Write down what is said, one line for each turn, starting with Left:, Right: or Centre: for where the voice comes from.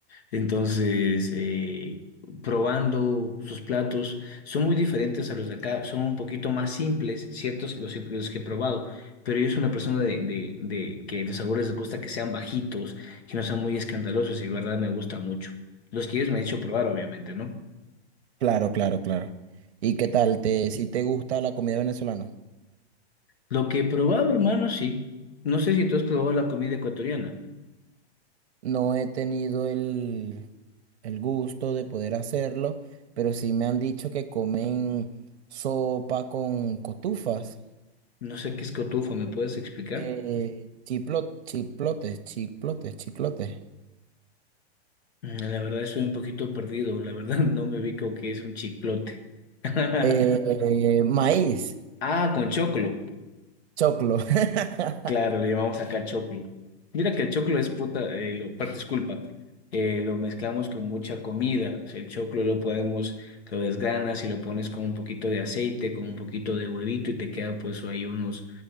Left: Entonces, eh, probando sus platos, son muy diferentes a los de acá, son un poquito más simples, ciertos los, los que he probado, pero yo soy una persona de, de, de que los sabores les gusta que sean bajitos, que no sean muy escandalosos, y la verdad me gusta mucho. Los que ellos me han hecho probar, obviamente, ¿no?
Right: Claro, claro, claro. ¿Y qué tal? ¿Te, si te gusta la comida venezolana?
Left: Lo que he probado, hermano, sí. No sé si tú has probado la comida ecuatoriana.
Right: No he tenido el, el gusto de poder hacerlo, pero sí me han dicho que comen sopa con cotufas.
Left: No sé qué es cotufa, ¿me puedes explicar?
Right: eh, chiplo- chiplotes, chiplotes, chiclotes. <laughs>
Left: Mm, La verdad estoy un poquito perdido, la verdad <laughs> no me ubico qué es un chiclote. <laughs>
Right: Eh, eh, maíz,
Left: Ah, con choclo.
Right: choclo. <laughs>
Left: Claro, le llamamos acá choclo. Mira que el choclo es puta, eh, lo, par- disculpa, eh, lo mezclamos con mucha comida. O sea, el choclo lo podemos, lo desgranas y lo pones con un poquito de aceite, con un poquito de huevito y te queda pues ahí unos,